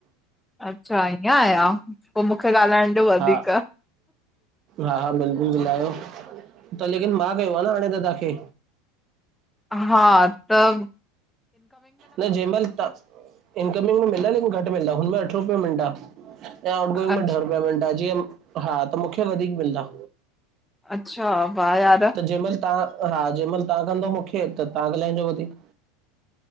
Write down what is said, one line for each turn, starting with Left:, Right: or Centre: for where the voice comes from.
Centre: अच्छा ईअं आ या? पो मूंखे ॻाल्हाइण ॾियो वधीक।
Right: हा हा हा बिल्कुलु ॻाल्हायो त लेकिन मां कयो आ न हाणे त तव्हांखे।
Centre: हा तब
Right: न जंहिं महिल तां, इनकमिंग मिलन ई घटि मिलंदा हुनम अठ रुपयो मिन्ट आ। त आउट गोइंग
Centre: अछ
Right: में ॾह रुपया मिन्ट आ जीअं, हा त मुखे वधीक मिलदा।
Centre: अच्छा, वा यार।
Right: जंहिं महिल तां हा, जंहिं महिल तां कंदव मूंखे त तां ॻाल्हाइजो वधीक।